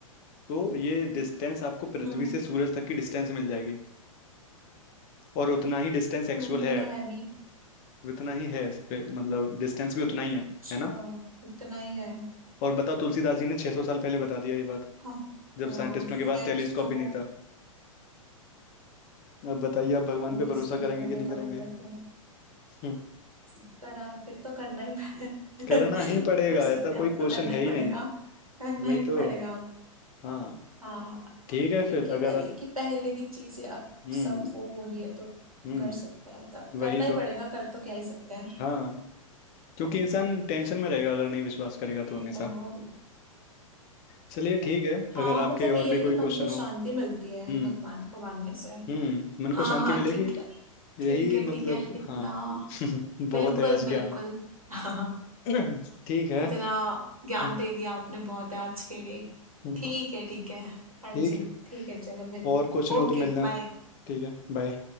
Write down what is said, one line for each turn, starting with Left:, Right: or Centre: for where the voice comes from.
Left: तो ये डिस्टेंस
Right: हम्म
Left: आपको पृथ्वी
Right: हम्म,
Left: से सूरज तक की डिस्टेंस मिल जाएगी और उतना ही डिस्टेंस एक्चुअल
Right: हम्म,
Left: है
Right: वो तो है भी
Left: उतना ही है इस पे मतलब डिस्टेंस भी उतना ही है
Right: अच्छा
Left: है ना
Right: उतना ही है
Left: और बताओ तुलसीदास जी ने 600 साल पहले बता दिया ये बात
Right: हाँ
Left: जब
Right: हाँ
Left: साइंटिस्टों
Right: फैक्ट
Left: के पास टेलीस्कोप
Right: तो
Left: भी नहीं था अब बताइए आप भगवान पे
Right: डिस्टेंस
Left: भरोसा करेंगे
Right: उन्होंने
Left: कि नहीं करेंगे
Right: कवर कर दिया
Left: हम्म,
Right: करा फिर तो करना ही पड़े- <laughs>
Left: करना ही पड़ेगा
Right: कर सकते
Left: ऐसा कोई
Right: हैं अब
Left: क्वेश्चन
Right: तो करना ही
Left: है ही
Right: पड़ेगा
Left: नहीं
Right: करना
Left: वही
Right: ही
Left: तो
Right: पड़ेगा अब,
Left: हाँ
Right: हाँ
Left: ठीक है
Right: क्योंकि
Left: फिर अगर
Right: वही है कि पहले की चीजें अब
Left: हम्म
Right: सब वो हो रही है तो
Left: हम्म
Right: कर सकता है मतलब करना
Left: वही
Right: ही
Left: तो
Right: पड़ेगा कर तो क्या ही सकते हैं
Left: हाँ क्योंकि इंसान टेंशन में रहेगा अगर नहीं विश्वास करेगा तो
Right: ये
Left: हमेशा
Right: तो हो
Left: चलिए ठीक है
Right: हाँ
Left: अगर आपके
Right: मतलब
Left: और
Right: ये है
Left: भी कोई
Right: कि मन
Left: क्वेश्चन
Right: को शांति
Left: हो
Right: मिलती
Left: हम्म
Right: है भगवान को मानने से
Left: हम्म मन
Right: हाँ
Left: को शांति
Right: हाँ
Left: मिलेगी
Right: ठीक है ठीक
Left: यही
Right: है ठीक
Left: मतलब
Right: है इतना
Left: हाँ <laughs> बहुत
Right: बिल्कुल
Left: है आज
Right: बिल्कुल
Left: ज्ञान
Right: <laughs>
Left: <clears throat> ठीक है
Right: इतना
Left: हम्म,
Right: ज्ञान दे दिया आपने बहुत है आज के लिए
Left: हम्म,
Right: ठीक है ठीक है हाँ
Left: ठीक
Right: जी
Left: है
Right: ठीक है चलो बिल
Left: और क्वेश्चन हो
Right: Okay
Left: तो मिलना
Right: bye
Left: ठीक है बाय